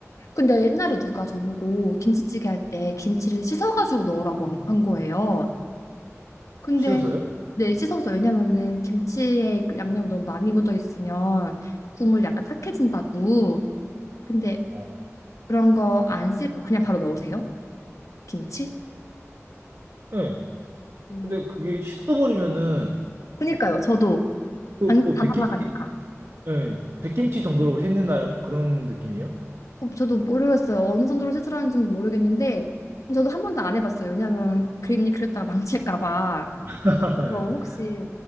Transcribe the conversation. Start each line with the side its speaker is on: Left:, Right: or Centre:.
Left: 근데 옛날에 누가 저보고 김치찌개 할 때 김치를 씻어가지고 넣으라고 한, 한 거예요. 근데,
Right: 씻어서요?
Left: 네, 씻어서, 왜냐면은 김치에 그 양념이 너무 많이 묻어 있으면 국물 약간 탁해진다고. 근데
Right: 어.
Left: 그런 거 안 씻고 그냥 바로 넣으세요? 김치?
Right: 네.
Left: 음,
Right: 근데 그게 씻어버리면은
Left: 그니까요. 저도
Right: 그뭐
Left: 양념 다
Right: 백김
Left: 날아가니까.
Right: 예, 백김치 정도로 씻는다는 그런 느낌이에요?
Left: 어, 저도 모르겠어요. 어느 정도로 시술하는지 모르겠는데 저도 한 번도 안 해봤어요. 왜냐하면 괜히 그랬다가 망칠까 봐.
Right: <laughs>
Left: 그래서 혹시